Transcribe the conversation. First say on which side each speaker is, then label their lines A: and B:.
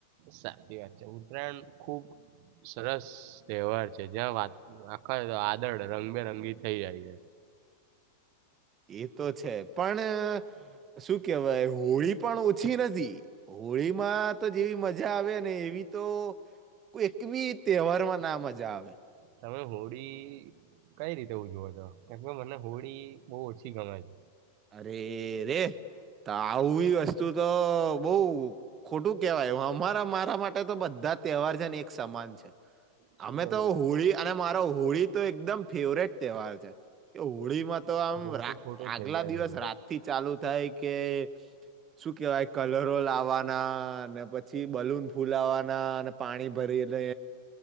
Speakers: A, on the right; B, on the right.
A: સાચી વાત છે. ઉત્તરાયણ ખુબ સરસ તહેવાર છે જ્યા વાત આખા વાદળ રંગબેરંગી થઈ જાય છે.
B: એ તો છે પણ શું કેહેવાય હોળી પણ ઓછી નથી. હોળી માં તો જેવી મજા આવેને એવી તો કોઈક બી તહેવારમાં ના મજા આવે.
A: તમે હોળી કઈ રીતે ઉજવો. છો. કેમ કે મને હોળી બહુ ઓછી ગમે છે.
B: અરે-રે. તો આવુય વસ્તુ તો બઉ ખોટું કહેવાય, અમારા મારા માટે તો બધા તહેવાર છે ને એક સમાન છે.
A: શું
B: અમે
A: કરું?
B: તો હોળી અને મારો હોળી તો એકદમ ફેવરેટ તહેવાર છે. કે હોળીમાં તો આમ
A: ખોટું
B: <unintelligible>
A: ખોટું થઈ
B: આગલા
A: જાય
B: દિવસ
A: બધું.
B: રાતથી ચાલુ થાય કે શું કહેવાય કલરો લાવવાના ને, પછી બલૂન ફુલાવવાના અને પાણી ભરી લે.